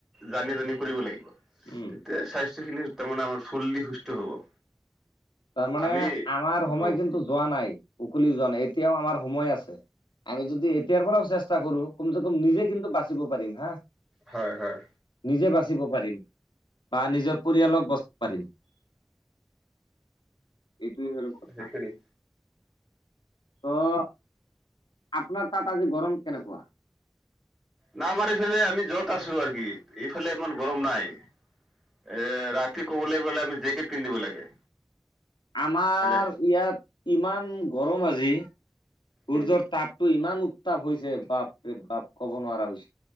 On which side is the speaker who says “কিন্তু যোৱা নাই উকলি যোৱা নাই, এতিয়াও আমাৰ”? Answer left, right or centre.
Left